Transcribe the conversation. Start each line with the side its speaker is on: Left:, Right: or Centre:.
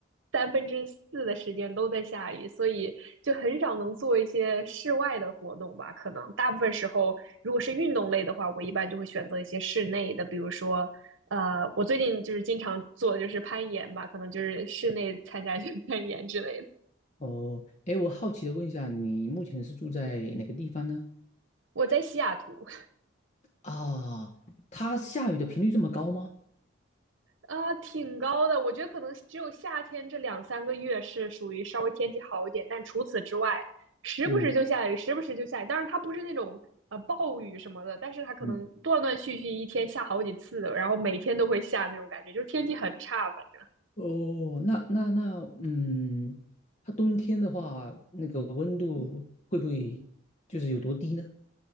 Right: 三分之四的时间都在下雨，所以就很少能做一些室外的活动吧。可能大部分时候，如果是运动类的话，我一般就会选择一些室内的，比如说，呃，我最近就是经常做的就是攀岩吧，可能就是室内参加一些 <laughs> 攀岩之类的。
Left: 哦，哎，我好奇的问一下，你目前是住在哪个地方呢？
Right: 我在西雅图，
Left: 啊，它下雨的频率这么高吗？
Right: 啊，挺高的，我觉得可能只有夏天这两三个月是属于稍微天气好一点，但除此之外，时不时就下雨，
Left: 嗯
Right: 时不时就下雨。当然，它不是那种呃暴雨什么的，但是它可能断断续续一天下好几次，
Left: 嗯。
Right: 然后每天都会下那种感觉，就是天气很差，反正。
Left: 哦，那那那，嗯，它冬天的话，那个温度会不会就是有多低呢？